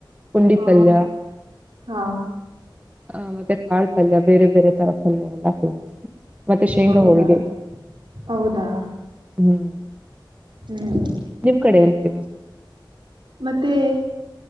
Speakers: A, on the right (about 20°); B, on the right (about 70°).
A: ಪುಂಡಿ
B: ಹಾ
A: ಪಲ್ಯ
B: ಹಾ
A: ಹ ಮತ್ತೆ ಆಾಳ್ ಪಲ್ಯ ಬೇರೆ ಬೇರೆ ತರಪಲ್ಯ ಎಲ್ಲ ಫೇಮಸ್ ಮತ್ತೆ ಶೇಂಗಾ
B: ಹೌದಾ
A: ಹೋಳಿಗೆ
B: ಹೌದಾ
A: ಹ್ಮ್
B: ಹ್ಮ್
A: ನಿಮ್ ಕಡೆ ನು ಸ
B: ಮತ್ತೆ